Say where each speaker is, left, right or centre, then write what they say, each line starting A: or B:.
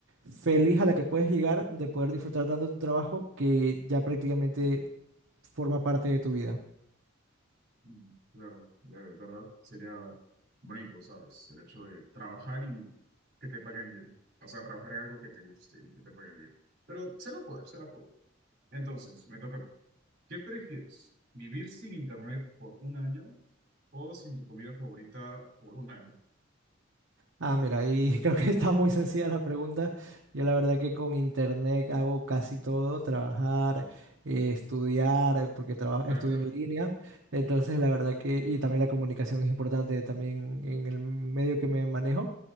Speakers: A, on the right; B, on the right.
A: feliz a la que puedes llegar de poder disfrutar tanto tu trabajo que ya prácticamente forma parte de tu vida.
B: Mm, Claro, de verdad sería bonito, ¿sabes? El hecho de trabajar y que te paguen bien. O sea, trabajar en algo que te guste y que te paguen bien. Pero se va a poder, se va a poder. Entonces, me toca a mí. ¿Qué prefieres? ¿Vivir sin internet por un año o sin tu comida favorita por un año?
A: Ah, mira, y <laughs> creo que está muy sencilla la pregunta. Yo la verdad que con internet hago casi todo, trabajar, eh, estudiar, porque trabajo,
B: Claro,
A: estudio en línea. Entonces, la verdad que, y también la comunicación es importante también en el medio que me manejo.